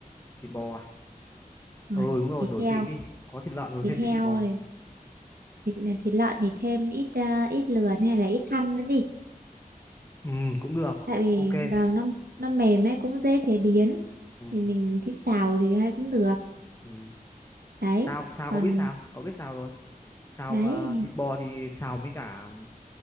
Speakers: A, on the left (about 20°); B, on the right (about 85°).
A: thịt bò à
B: Rồi,
A: ừ đúng rồi
B: thịt
A: đổi
B: heo,
A: vị đi có thịt lợn rồi
B: thịt
A: thêm
B: heo
A: tí thịt bò
B: rồi thịt, thịt lợn thì thêm ít ờ, ít lườn hay là ít thăn nữa đi.
A: ừ cũng được
B: tại vì
A: ok
B: vàng nó nó mềm ấy cũng dễ chế biến
A: ừ,
B: thì mình thích xào thì hay cũng được
A: ừ.
B: đấy
A: sao sao
B: còn
A: cậu biết sao cậu biết sao rồi xào
B: đấy
A: mà thịt bò thì xào mấy cả ừ,